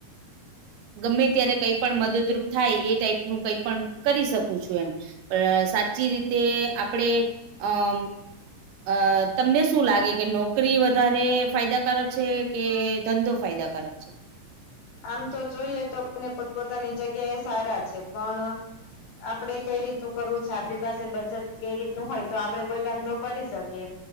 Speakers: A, on the right (about 85°); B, on the left (about 80°).
A: ગમે ત્યારે કઈ પણ મદદરૂપ થાય એ ટાઈપનું કઈ પણ કરી શકું છું એમ. પણ સાચી રીતે આપડે અમ અ તમને શું લાગે કે નોકરી વધારે ફાયદાકારક છે, કે ધંધો ફાયદા ફરક છે.
B: આમ તો જોઈએ તો બંને પોતપોતાની જગ્યા સારા છે, પણ આપડે કઈ રીતનું કરવું છે, આપણી પાસે બચત કઈ રીત નુ હોય તો આપડે કોઈ ધંધો કરી શકીએ.